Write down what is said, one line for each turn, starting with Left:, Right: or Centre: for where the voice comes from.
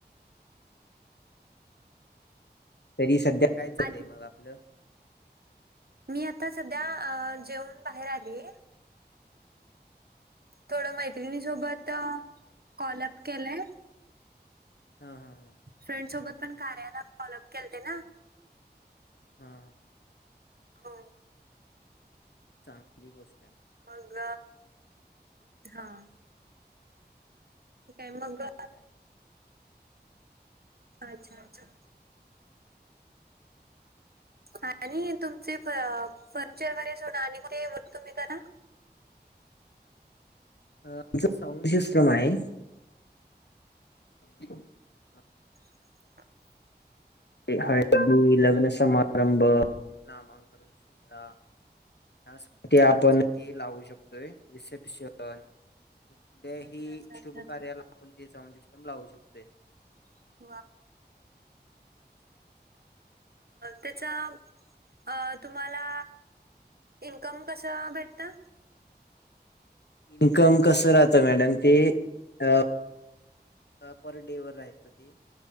Left: तरी सध्या काय चालय
Right: आणि
Left: मग आपल.
Right: मी आता सध्या जेऊन बाहेर आली. थोड मैत्रिणी सोबत कॉलअप केलय.
Left: हा हा हा
Right: फ्रेंड सोबत पण कार्याला फॉलोअप केलत् ना.
Left: हा
Right: हो
Left: चांगली गोष्ट आहे.
Right: मग हा ठीक आहे मग, अच्छा अच्छा आणि तुमचे <unintelligible> तुम्ही करा
Left: आमचं साउंड सिस्टम आहे. <unintelligible>
Right: <unintelligible>
Left: एक हळदी, लग्न समारंभ, नामांकरन सोहळा त्यासाठी आपण
Right: अच्छा
Left: ते लावू शकतोय रिसेप्शन कुठल्याही
Right: अच्छा अच्छा
Left: शुभ
Right: अच्छा अच्छा
Left: कार्याला आपण ते साउंड सिस्टम लावू शकतोय.
Right: <unintelligible> त्याचा अ तुम्हाला, इन्कम कसं भेटतं?
Left: इन्कम कस राहत मॅडम ते <unintelligible> डे वर राहत ते